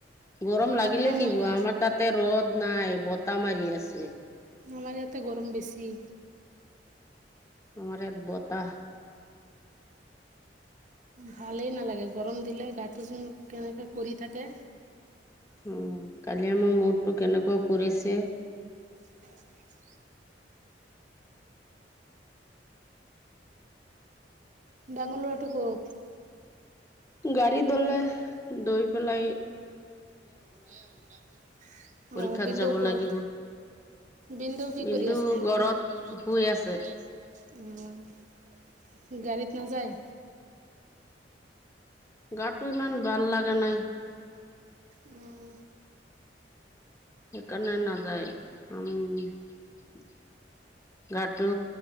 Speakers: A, on the left; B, on the right.
A: গৰম
B: ৰ'দ
A: লাগিলে
B: কম
A: কিহ'ব,
B: হ'লেও
A: আমাৰ তাতে ৰ'দ নাই, বতাহ মাৰি আছে।
B: আমাৰ ইয়াতে গৰম বেছি।
A: আমাৰ ইয়াত বতাহ।
B: ভালেই নালাগে, গৰম দিলে গাটো যেন কেনেকা কৰি থাকে।
A: উম, কালি আমাৰ মূৰটো কেনেকুৱা কৰিছে।
B: <inaudible> ডাঙৰ ল'ৰাটো ক'ত?
A: গাড়ী দলে দৈ পেলাই
B: এয়া ওলাব।
A: পৰীক্ষাত
B: অ' ভিনদেউ
A: যাব
B: ক'ত?
A: লাগিব
B: ভিনদেউ কি
A: কিন্তু
B: কৰি আছে? এই
A: ঘৰত
B: ঘৰত
A: শুই আছে
B: শুই আছে। উম, গাড়ীত নাযায়?
A: গাটো ইমান ভাল লাগা নাই।
B: উম।
A: সেইকাৰণে নাযায়। উম, গাটো